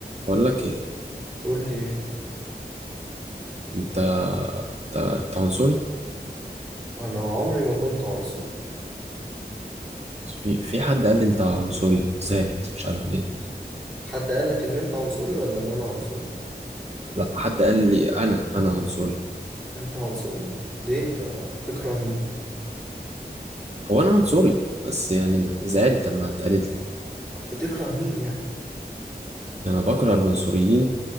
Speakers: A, on the right; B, in the centre.
A: بقول لك ايه
B: قول لي
A: انت انت أنت عنصري
B: انا عمري ما كنت عنصري
A: في في حد قال لي انت عنصري زعلت مش عارف ليه
B: حد قال لك ان انت عنصري ولا ان انا عنصري
A: لا حد قال لي انا انا عنصري
B: انت عنصري ليه انت بتكره مين
A: هو انا عنصري بس يعني زعلت لما اتقالت لي
B: بتكره مين يعني
A: انا بكره العنصريين